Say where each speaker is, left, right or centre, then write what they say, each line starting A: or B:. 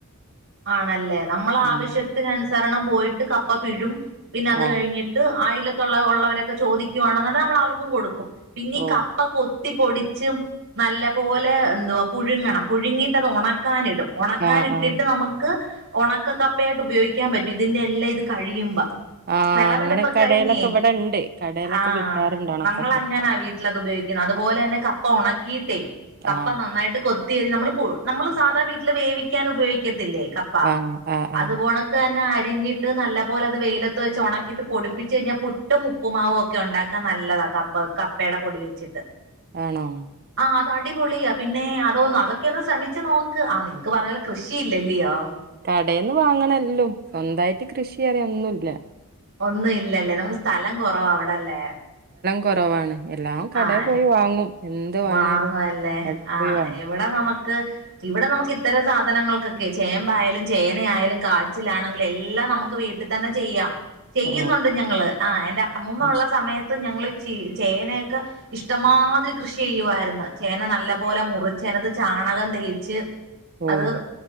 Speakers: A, on the right; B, on the right.
A: ആണല്ലേ നമ്മൾ
B: ഉം
A: ആവശ്യത്തിന് അനുസരണം പോയിട്ട് കപ്പ പിഴും പിന്നെ അത്
B: ആ
A: കഴിഞ്ഞിട്ട് അയിലത്തൊള്ള ഒള്ളവരൊക്കെ ചോദിക്കുവാണന്നൊണ്ടെങ്കി നമ്മള് അവർക്കും കൊടുക്കും പിന്നീ
B: ഓ
A: കപ്പ കൊ ത്തി പൊടിച്ചും നല്ല പോലെ എന്തുവാ പുഴുങ്ങണം പുഴുങ്ങിട്ടത് ഒണക്കാനിടും ഒണക്കാൻ
B: ആ
A: ഇട്ടിട്ട്
B: ആ
A: നമുക്ക് ഒണക്കക്കപ്പയായിട്ട് ഉപയോഗിക്കാൻ പറ്റും ഇതിന്റെ എല്ലാം ഇത് കഴിയിമ്പം
B: ആ
A: വെളവെടുപ്പ്
B: അങ്ങനെ കടയിലൊക്കെ
A: കയിഞ്ഞേ
B: ഇവിടെ ഇണ്ട് കടയിലൊക്കെ
A: ആ
B: കിട്ടാറുണ്ട് ഉണക്കക്കപ്പ
A: നമ്മള് അങ്ങനാ വീട്ടിലത് ഉപയോ യ്ക്കുന്ന അതുപോലെന്നെ കപ്പ ഒണക്കിട്ടേ കപ്പ
B: ആ
A: നന്നായിട്ട് കൊ <unintelligible> നമ്മള് പു നമ്മള് സാധാ വീട്ടില് വേവിക്കാൻ ഉപയോഗിക്കത്തില്ലേ കപ്പ
B: ആ ആ
A: അത്
B: ആ
A: പോണക്കന്നെ അ അരിഞ്ഞിട്ട് നല്ലപോലെ അത് വെയിലത്ത് വെച്ച് ഒണക്കിയിട്ട് പൊടിപ്പിച്ച് കയിഞ്ഞാ പുട്ടും ഉപ്പുമാവും ഒക്കെ ഒണ്ടാക്കാൻ നല്ലതാ കപ്പ കപ്പെടെ പൊടി വെച്ചിട്ട്
B: ആണോ?
A: അത് അടിപൊളിയാ. പിന്നേ അതോന്ന്, അതൊക്കെ ഒന്ന് ശ്രമിച്ചു നോക്ക്. ആ നിങ്ങക്ക് പറഞ്ഞത് പോലെ കൃഷിയില്ലല്ലിയോ
B: കടേന്ന് വാങ്ങണല്ലല്ലോ സ്വന്തവായിട്ട് കൃഷി അറിയ ഒന്നുല്ല
A: ഒന്നും ഇല്ലല്ലേ, നമ്മുക്ക് സ്ഥലം കൊറവാ, അവിടല്ലേ?
B: കൊറവാണ് എല്ലാം കടെ
A: ആഹ്
B: പോയി വാങ്ങും എന്ത് വേണേലും
A: വാങ്ങുവല്ലേ
B: കടേ
A: ആ
B: പോയി വാങ്ങും
A: ഇവടെ നമു <unintelligible> ഇവടെ നമുക്ക് ഇത്തരം സാധനങ്ങൾക്കൊക്കെ ചേമ്പായാലും ചേനയായാലും കാച്ചിലാണെങ്കില് എല്ലാം നമ്മക്ക് വീട്ടിൽ തന്നെ ചെയ്യാം. ചെയ്യുന്നുണ്ട്
B: ഓ
A: ഞങ്ങള്. ആ എന്റെ അമ്മൂമ്മ
B: അത്
A: ഒള്ള
B: ശ-
A: സമയത്ത് ഞങ്ങള് <unintelligible> ചേനെക്കെ ഇഷ്ടമാതിരി കൃഷി ചെയ്യുവാര്ന്ന് ചേന നല്ല പോലെ മുറിച്ച് അയിനാത്ത് ചാണകം തേച്ച്
B: ഓ
A: അത്